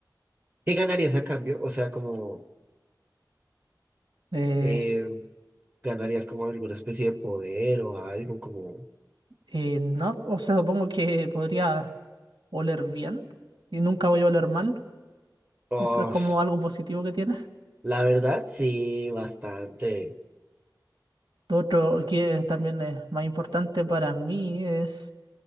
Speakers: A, on the right; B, on the right.
A: ¿Qué ganarías a cambio? O sea, como
B: Es,
A: eh, ganarías como alguna especie de poder o algo como...
B: eh, no, o sea, supongo que podría oler bien y nunca voy a oler mal.
A: Uf,
B: Eso es como algo positivo que tiene.
A: la verdad, sí, bastante.
B: Lo otro que también es más importante para mí es